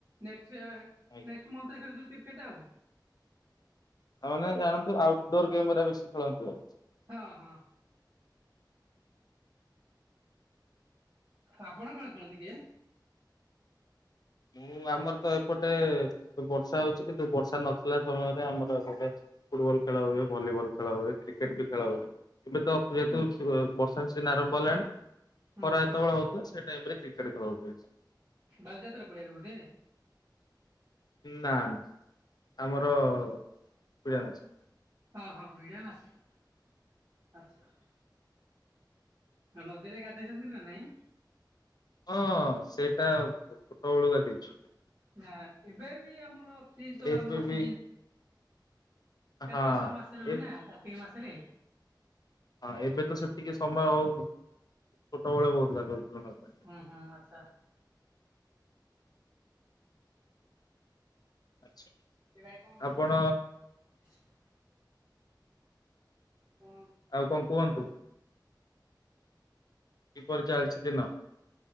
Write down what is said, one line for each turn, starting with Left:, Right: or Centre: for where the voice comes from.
Right: ନେକ୍ସଟ୍ ସେ
Left: ଆଜ୍ଞା।
Right: ନେକ୍ସଟ ମୋନଥ ରେ ଖେଳିଥିଲୁ କ୍ରିକେଟ ଆଉ।
Left: ତାମାନେ ଜାଣନ୍ତୁ <unintelligible>
Right: ହଁ ହଁ ଆପଣ କଣ ଖେଳନ୍ତି କି?
Left: ମୁଁ ଆମର ତ ଏପଟେ ବର୍ଷା ହଉଛି କିନ୍ତୁ ବର୍ଷା ନଥିଲା ସମୟରେ ଆମର ଏପଟେ ଫୁଟବଲ ଖେଳ ହୁଏ ଭଲିବଲ ଖେଳ ହୁଏ କ୍ରିକେଟ ବି ଖେଳ ହୁଏ। ଏବେ ତ ଯେହେତୁ
Right: ହୁଁ
Left: ବର୍ଷା ସିିଜନ ଆରମ୍ଭ ହେଲାଣି ଖରା
Right: ହୁଁ ହୁଁ
Left: ଯେତେବେଳେ ହଉଥିଲା ସେ ଟାଇମ ରେ କ୍ରିକେଟ ଖେଳ ହେଉଚି ବେଶୀ
Right: ବାଲିଯାତ୍ରା ପଡ଼ିଆ ରେ ବୋଧେ?
Left: ନା ନା ଆମର ପଜାନ ଅଛି
Right: ହଁ ହଁ <unintelligible> ନଦୀରେ ଗାଧଇଛନ୍ତି ନା ନାଇଁ?
Left: ହଁ ସେଇଟା ଛୋଟ ବେଳୁ ଗାଧେଇଚୁ।
Right: ନା ଏବେ ବି ଆମର <unintelligible>
Left: ଏବେ ବି
Right: ସିଜିନ୍। କାର୍ତ୍ତିକେଶ୍ୱଵର
Left: ହଁ
Right: ମାସରେ ହୁଏ
Left: ଏ
Right: ନା କାର୍ତ୍ତିକ ମାସରେ।
Left: ହଁ ଏବେ ତ ସେ ଟିକେ ସମୟ ହଉନି ଛୋଟବେଳେ ହଉଥିଲା। <unintelligible>
Right: ହୁଁ ହୁଁ ଆଚ୍ଛା
Left: ଆଚ୍ଛା
Right: ସେ ଭାଇ କଣ
Left: ଆପଣ
Right: ଫଙ୍କ୍ସନ ହବ। କଣ
Left: ଆଉ କଣ କୁହନ୍ତୁ? କିପରି ଚାଲିଛି ଦିନ?